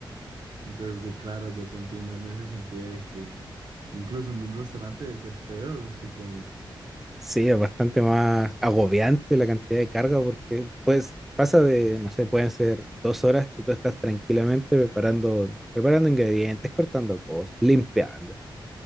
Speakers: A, on the right; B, in the centre.
A: Entonces, sí, claro, yo te entiendo en ese sentido de que incluso en un restaurante debe ser peor, supongo.
B: Sí, es bastante más agobiante la cantidad de carga porque pues pasa de, no sé, pueden ser dos horas que tú estás tranquilamente preparando, preparando ingredientes, cortando cosas, limpiando.